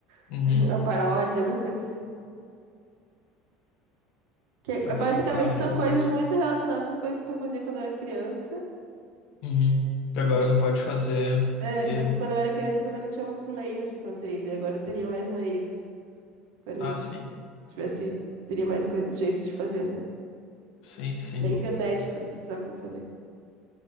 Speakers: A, on the right; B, on the left.
A: <laughs>
B: uhum.
A: uma paródia, alguma coisa assim. Que é,
B: Participar
A: basicamente são
B: de alguma
A: coisas
B: coisa.
A: muito relacionadas a coisas que eu fazia quando eu era criança.
B: Uhum. Que
A: E
B: agora
A: que.
B: não pode fazer,
A: É,
B: porque...
A: só que quando eu era criança eu também não tinha muitos meios de fazer, e daí agora eu teria mais meios. Por exemplo,
B: Ah, sim,
A: se tivesse, teria mais coi- jeitos de fazer, né?
B: sim, sim.
A: Tem internet pra pesquisar como fazer.